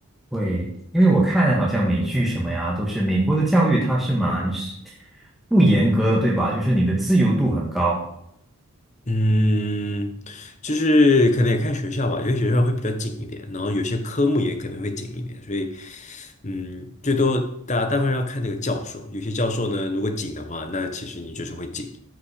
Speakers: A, in the centre; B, on the left.
A: 会，因为我看好像美剧什么呀，都是美国的教育它是蛮是不严格的，对吧？就是你的自由度很高，
B: 嗯，就是可能也看学校吧，有些学校会比较紧一点，然后有些科目也可能会紧一点，所以，嗯，最多大家大部分要看那个教授，有些教授呢，如果紧的话，那其实你就是会紧。